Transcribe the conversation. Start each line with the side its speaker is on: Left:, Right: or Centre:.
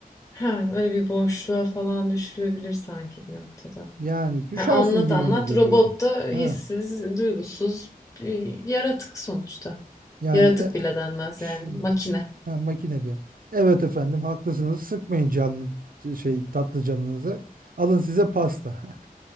Left: Ha, öyle bir boşluğa falan düşülebilir sanki bir noktada.
Right: Yani düşersin
Left: Yani anlat
Right: gibime
Left: anlat
Right: geliyor
Left: robot
Right: ya.
Left: da hissiz,
Right: Ha,
Left: duygusuz bir yaratık sonuçta.
Right: yani
Left: Yaratık
Right: e,
Left: bile denmez
Right: şi-
Left: yani makine.
Right: ha, makinede. Evet efendim haklısınız. Sıkmayın canlı şey tatlı canınızı. Alın size pasta. <laughs>